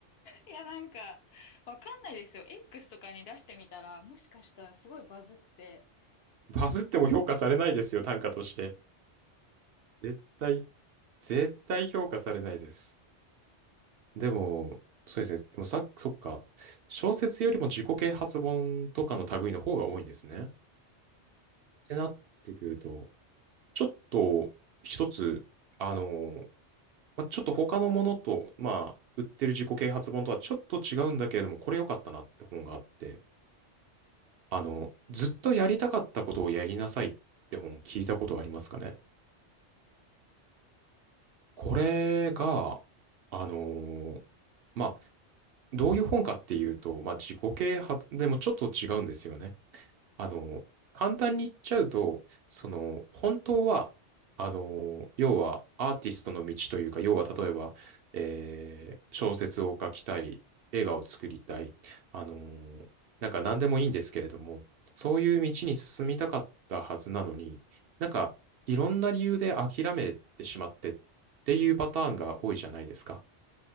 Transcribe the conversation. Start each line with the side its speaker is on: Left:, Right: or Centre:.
Left: いや、なんか、わかんないですよ。X とかに出してみたら、もしかしたらすごいバズって、
Right: バズっても評価されないですよ、短歌として。絶対、絶対評価されないです。でも、そうですね。でもさ、そっか。小説よりも自己啓発本とかの類の方が多いんですね。ってなってくると、ちょっと一つ、あのまあ、ちょっと他のものと、まあ、売ってる自己啓発本とはちょっと違うんだけれども、これ良かったなって本があって、あの、ずっとやりたかったことをやりなさいって本聞いたことありますかね。これが、あのーまあ、どういう本かっていうと、まあ、自己啓発でもちょっと違うんですよね。あの、簡単に言っちゃうと、その、本当は、あの、要は、アーティストの道というか、要は、例えば、えー小説を書きたい、映画を作りたい、あの、なんか何でもいいんですけれども、そういう道に進みたかったはずなのに、なんか、いろんな理由で諦めてしまってっていうパターンが多いじゃないですか。